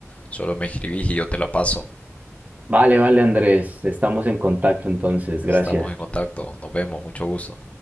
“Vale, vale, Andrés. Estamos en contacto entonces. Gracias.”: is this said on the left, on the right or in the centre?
Right